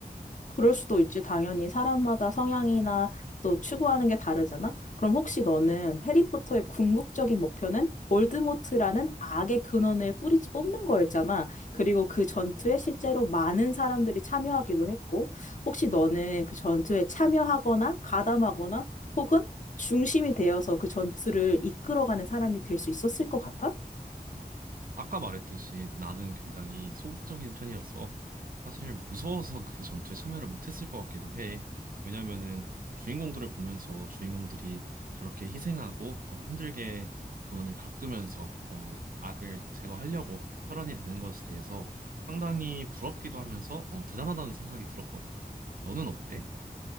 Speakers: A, on the left (about 50°); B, on the right (about 60°).
A: 그럴 수도 있지. 당연히 사람마다 성향이나 또 추구하는 게 다르잖아. 그럼 혹시 너는 해리포터의 궁극적인 목표는 볼드모트라는 악의 근원을 뿌리째 뽑는 거였잖아. 그리고 그 전투에 실제로 많은 사람들이 참여하기도 했고, 혹시 너는 그 전투에 참여하거나 가담하거나 혹은 중심이 되어서 그 전투를 이끌어가는 사람이 될 수 있었을 것 같아?
B: 아까 말했듯이 나는 굉장히 소극적인 편이어서 사실 무서워서 그 전투에 참여를 못했을 것 같기도 해. 왜냐면은 주인공들을 보면서 주인공들이 저렇게 희생하고 어, 힘들게 고난을 겪으면서 어, 악을 제거하려고 혈안이 되는 것에 대해서 상당히 부럽기도 하면서 어, 대단하다는 생각이 들었거든. 너는 어때?